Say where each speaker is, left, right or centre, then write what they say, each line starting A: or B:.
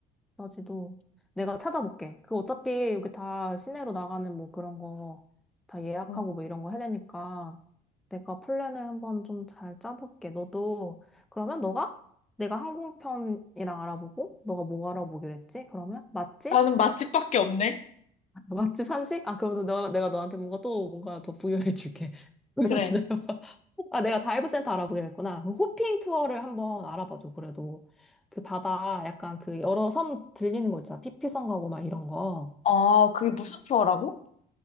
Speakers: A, in the centre; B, on the left (about 45°).
A: 나 지도 내가 찾아볼게. 그 어차피 여기 다 시내로 나가는 뭐 그런 거 다 예약하고
B: 음.
A: 뭐 이런 거 해야 되니까 내가 플랜을 한번 좀 잘 짜볼게. 너도 그러면 너가 내가 항공편이랑 알아보고 너가 뭐 알아보기로 했지? 그러면 맛집?
B: 나는 맛집밖에 없네.
A: <laughs> 맛집 한식? 아 그러면 내가 내가 너한테 뭔가 또 뭔가 더 부여해 줄게. <laughs> 잠깐
B: 그래.
A: 기다려봐. 아, 내가 다이브 센터 알아보기로 했구나. 그 호핑 투어를 한번 알아봐줘, 그래도. 그 바다, 약간 그 여러 섬 들리는 거 있잖아. 피피섬 가고 막 이런 거.
B: 아, 그게 무슨 투어라고?